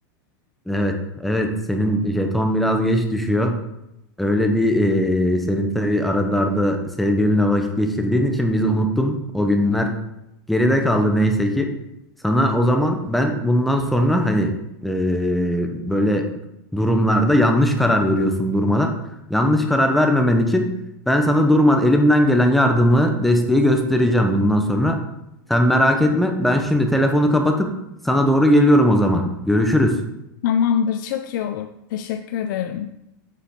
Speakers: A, in the centre; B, on the left.
A: Evet, evet senin jeton biraz geç düşüyor. Öyle bir eee, senin tabii aralarda sevgilinle vakit geçirdiğin için biz unuttum. O günler geride kaldı neyse ki. Sana o zaman ben bundan sonra hani eee, böyle durumlarda yanlış karar veriyorsun durmadan. Yanlış karar vermemen için ben sana durmadan elimden gelen yardımı, desteği göstereceğim bundan sonra. Sen merak etme. Ben şimdi telefonu kapatıp sana doğru geliyorum o zaman. Görüşürüz.
B: Tamamdır, çok iyi olur. Teşekkür ederim.